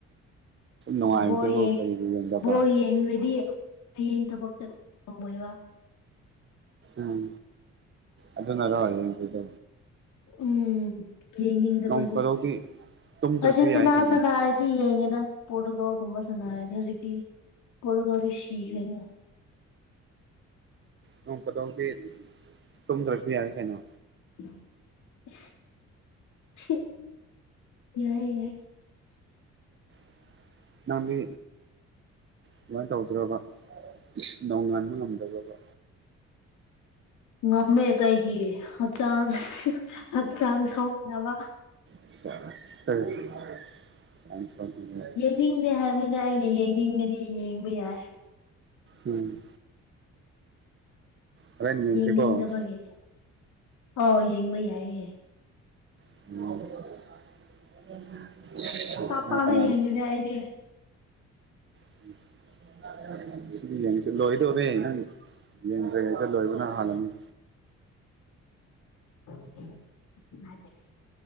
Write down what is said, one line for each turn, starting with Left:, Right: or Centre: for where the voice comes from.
Right: ꯅꯨꯡꯉꯥꯏꯕꯗꯕꯨ
Left: ꯕꯣꯜ ꯌꯦꯡ
Right: ꯀꯔꯤꯒꯤ ꯌꯦꯡꯗꯕ
Left: ꯕꯣꯜ ꯌꯦꯡꯂꯗꯤ ꯍꯌꯦꯡ ꯊꯕꯛ ꯆꯠ ꯉꯝꯃꯣꯏꯕ
Right: ꯎꯝ ꯑꯗꯨꯅꯔꯣ ꯌꯦꯡꯗ꯭ꯔꯤꯗꯣ
Left: ꯎꯝ ꯌꯦꯅꯤꯡꯗꯕꯒꯤ
Right: ꯅꯣꯡ ꯐꯥꯗꯣꯛꯇꯤ ꯇꯨꯝꯗ꯭ꯔꯁꯨ
Left: ꯑꯔꯖꯦꯟꯇꯤꯅꯥ
Right: ꯌꯥꯏ ꯀꯩꯅꯣ
Left: ꯁꯥꯟꯅ ꯗꯤ ꯌꯦꯡꯉꯦꯗ ꯄꯣꯔꯇꯨꯒꯜꯒꯨꯝꯕ ꯁꯥꯟꯅꯔꯗꯤ ꯍꯧꯖꯤꯛꯇꯤ ꯄꯣꯔꯇꯨꯒꯥꯜꯗꯤ ꯁꯤꯈ꯭ꯔꯦꯅ
Right: ꯅꯣꯡ ꯐꯥꯗꯣꯛꯇꯤ ꯇꯨꯝꯗ꯭ꯔꯁꯨ ꯌꯥꯏ ꯀꯩꯅꯣ
Left: <unintelligible> ꯌꯥꯏ ꯌꯥꯏ
Right: <unintelligible> ꯅꯪꯗꯤ ꯑꯗꯨꯃꯥꯏ ꯇꯧꯗ꯭ꯔꯣꯕ ꯅꯣꯡ ꯉꯥꯟꯕ ꯉꯝꯗꯕ꯭ꯔꯕ
Left: ꯉꯝꯃꯦ ꯀꯩꯒꯤ ꯍꯛꯆꯥꯡ ꯍꯛꯆꯥꯡ ꯁꯣꯛꯅꯕ
Right: ꯆꯥꯁ <unintelligible>
Left: ꯅꯤꯡꯗꯦ ꯍꯥꯏꯕꯅꯤꯅ ꯑꯩꯅ ꯌꯦꯡꯅꯤꯡꯉꯗꯤ ꯌꯦꯡꯕ ꯌꯥꯏ
Right: ꯎꯝ ꯍꯣꯔꯦꯟ ꯌꯦꯡꯁꯤꯀꯣ
Left: ꯌꯦꯡꯅꯤꯡꯗꯕꯒꯤ ꯑꯣ ꯌꯦꯡꯕ ꯌꯥꯏꯌꯦ
Right: <unintelligible>
Left: <inaudible>
Right: <inaudible>
Left: ꯄꯥꯛꯄꯥꯛꯅ
Right: ꯅꯪ ꯀꯅꯥꯅꯣ
Left: ꯌꯦꯡꯗꯦꯗ ꯑꯩꯗꯤ
Right: <unintelligible> ꯂꯣꯏꯗꯧꯔꯦ ꯅꯪ ꯌꯦꯡꯗ꯭ꯔꯤꯉꯩꯗ ꯂꯣꯏꯕꯅ ꯍꯥꯜꯂꯅꯤ
Left: <inaudible>